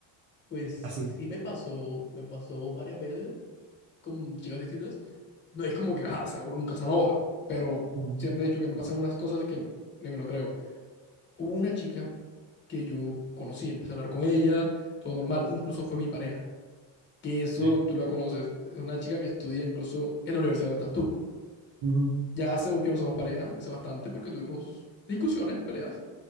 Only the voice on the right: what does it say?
Así.
Ujú,
sí,
ujú.